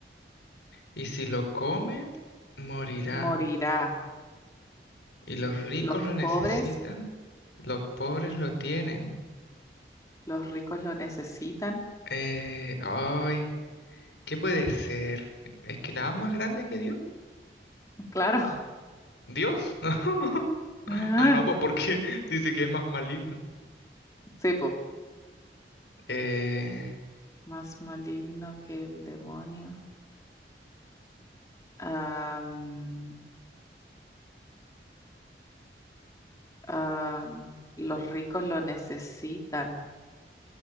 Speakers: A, on the left; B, on the left.
A: y si lo come, morirá.
B: Morirá.
A: Y los ricos
B: Los
A: lo necesitan,
B: pobres
A: los pobres lo tienen.
B: Los ricos lo necesitan,
A: Eh, ay, ¿qué puede ser? ¿Es que nada es más grande que Dios?
B: <laughs> claro.
A: Dios, <laughs> ¿no? Ah,
B: Ah,
A: no, pues porque <laughs> dice que es más maligno.
B: sí, po.
A: Eh,
B: Más maligno que el demonio. Am, am, los ricos lo necesitan.